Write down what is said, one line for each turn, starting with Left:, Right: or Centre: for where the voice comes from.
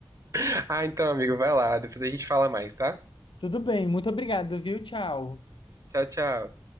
Right: <laughs> Ah, então, amigo, vai lá, depois a gente fala mais, tá?
Left: Tudo bem, muito obrigado, viu? Tchau.
Right: Tchau, tchau.